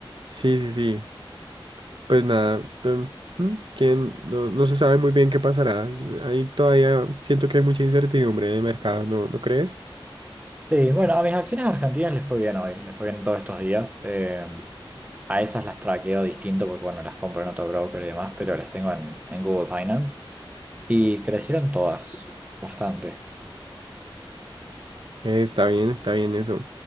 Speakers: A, on the right; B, on the right.
A: Sí, sí, sí. Pues nada, em, mm, quién no, no se sabe muy bien qué pasará. Es- Ahí todavía siento que hay mucha incertidumbre en el mercado, ¿no, no crees?
B: Sí, bueno, a mis acciones argentinas les fue bien hoy, les fue bien todos estos días. Eh, a esas las traqueo distinto porque, bueno, las compro en otro broker y demás, pero las tengo en, en Google Finance. Y crecieron todas, bastante.
A: Eh, está bien, está bien eso.